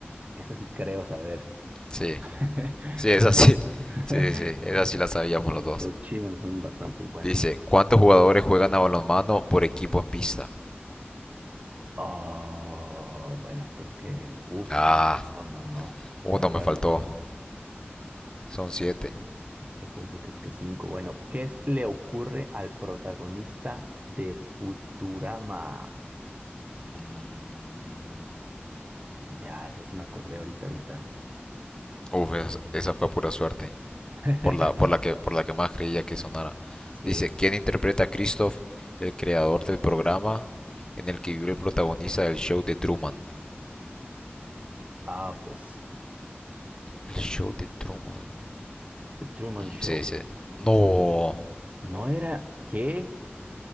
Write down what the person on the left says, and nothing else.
Sí,
sí, esa
sí,
sí, sí, esa
sí la sabíamos los dos.
Dice, ¿cuántos jugadores juegan a balonmano por equipo en pista?
Ah,
uno
me faltó,
son siete.
Mm,
Uf, es- esa fue pura suerte,
por la, por la que, por la que más creía que sonara.
Dice, ¿quién interpreta a Christoph, el creador del programa en el que vive el protagonista del show de Truman?
El show de Truman.
Mm,
sí, sí. No,